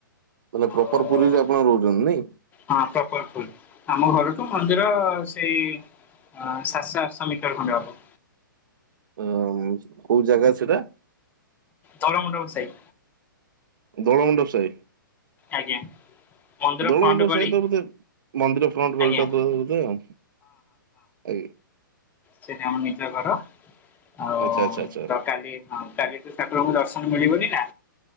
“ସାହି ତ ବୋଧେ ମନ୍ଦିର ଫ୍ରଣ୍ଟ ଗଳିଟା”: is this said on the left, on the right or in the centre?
Right